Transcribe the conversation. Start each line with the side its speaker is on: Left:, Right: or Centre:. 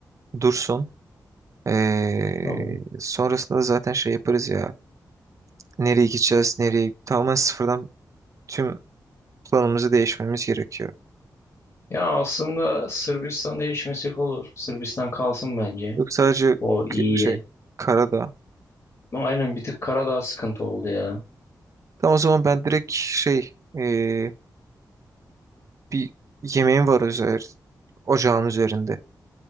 Right: Dursun. Ee,
Left: Tamam.
Right: sonrasında da zaten şey yaparız ya. Nereye gideceğiz, nereye tamamen sıfırdan tüm planımızı değişmemiz gerekiyor.
Left: Ya aslında Sırbistan'da değişmesek olur. Sırbistan kalsın bence.
Right: Yok sadece
Left: O iyi
Right: k- şey karada.
Left: Aynen bir tık Karadağ sıkıntı oldu ya.
Right: Tamam o zaman ben direkt şey ee, bir yemeğim var üzeri, ocağın üzerinde.